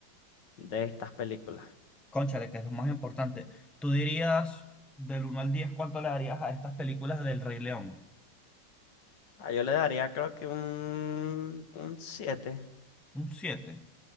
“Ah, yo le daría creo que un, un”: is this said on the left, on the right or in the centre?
Left